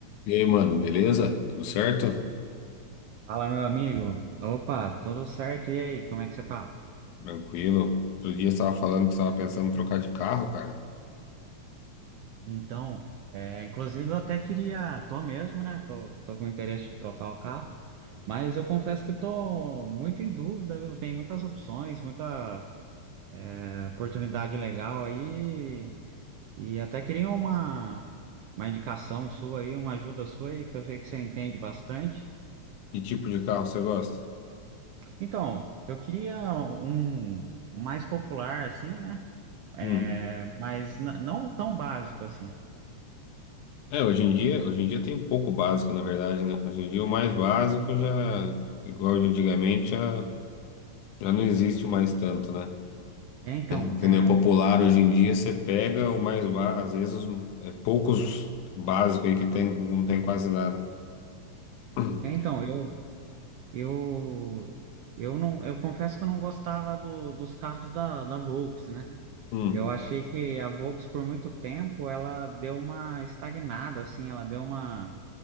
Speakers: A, on the left (about 85°); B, on the right (about 80°).
A: E aí, mano, beleza? Tudo certo?
B: Fala, meu amigo. Opa, tudo certo? E aí, como é que você tá?
A: Tranquilo. Outro dia você estava falando que você estava pensando em trocar de carro, cara.
B: Então, é, inclusive eu até queria, tô mesmo, né? Tô, tô com interesse de trocar o carro, mas eu confesso que tô muito em dúvida, viu? Tem muitas opções, muita é, oportunidade legal aí, e até queria uma, uma indicação sua aí, uma ajuda sua aí, que eu sei que você entende bastante.
A: Que tipo de carro você gosta?
B: Então, eu queria um mais popular, assim, né? É,
A: Hum.
B: mas n- não tão básico assim.
A: É, hoje em dia, hoje em dia tem um pouco básico, na verdade, né? Hoje em dia o mais básico já, igual de antigamente, já, já não existe mais tanto, né?
B: É, então,
A: O que
B: é,
A: não é popular hoje em dia, você pega o mais básico, às vezes os, é poucos básicos aí que tem, não tem quase nada. <clears throat>
B: é, então, eu, eu, eu não, eu confesso que eu não gostava do- dos carros da, da Volks, né?
A: Hum.
B: Eu achei que a Volks por muito tempo ela deu uma estagnada, assim, ela deu uma,